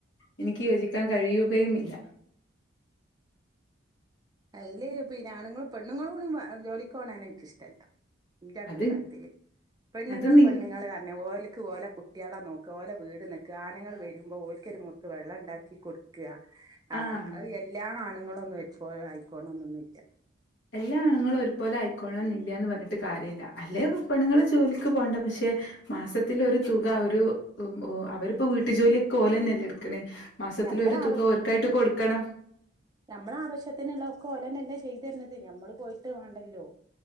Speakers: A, on the left; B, on the right.
A: എനിക്ക് യോജിക്കാം കഴിയുകയുമില്ല
B: അയ്ല് പിന്നെ ആണുങ്ങളും പെണ്ണുങ്ങളൂടിം ജോലിക്കോണേന്നെ ഇൻക്കിഷ്ട്ടല്ല്യ ഇന്റെ അഭിപ്രായത്തില്
A: അത്
B: പെണ്ണുങ്ങള്
A: അത് നി
B: പെണ്ണുങ്ങളീർഞ്ഞ ഓൽക്ക് ഓലെ കു കുട്ട്‌യാളെ നോക്ക ഓല വീട് നിക്ക ആണ്ങ്ങള് വെരുമ്പോ ഓൽക്കൊരു മുർക്ക് വെള്ളണ്ടാക്കി കൊട് ക്ക അഹ്
A: ആഹ്
B: എല്ലാ ആണുങ്ങളൊന്നും ഒരുപോലായിക്കോണണൊന്നന്നുല്യ
A: എല്ലാ ആണുങ്ങളും ഒരുപോലെ ആയിക്കൊൾണംന്നില്ല്യാന്ന് പർഞ്ഞിട്ട് കാര്യല്ല അല്ലെപ്പെണുങ്ങൾ ജോലിക്ക് പോണ്ട പക്ഷെ മാസത്തിലൊരു തുക ഒരു അവരിപ്പോ വീട്ടുജോലി കോലന്നെല്ലെട്ക്ക്ണേ മാസത്തിലൊരു
B: ഞമ്മളെ
A: തുക ഓര്ക്കായിട്ട് കൊടുക്കണം
B: നമ്മളെ ആവശ്യത്തിനുള്ളൊക്കെ ഓലന്നല്ലേ ചെയ്തെര്ണത് ഞമ്മള് പോയിട്ട് വാണ്ടല്ലോ